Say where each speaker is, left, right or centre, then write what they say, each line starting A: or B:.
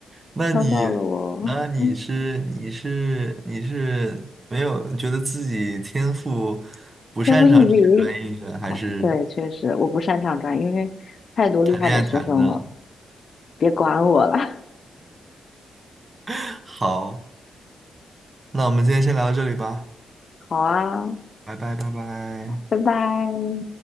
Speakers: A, on the right; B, on the left.
A: 那你那你是你是你是没有觉得自己天赋
B: 抄到了我嗯 <laughs>
A: 不擅长这些专业的，
B: 天赋异禀。
A: 还是
B: 哦，对，确实我不擅长转，因为太多厉害的学生了，
A: 谈恋爱谈的？
B: 别管我了。
A: <laughs> 好，那我们今天先聊到这里吧，
B: <laughs> 好啊，
A: 拜拜拜拜。
B: 拜拜。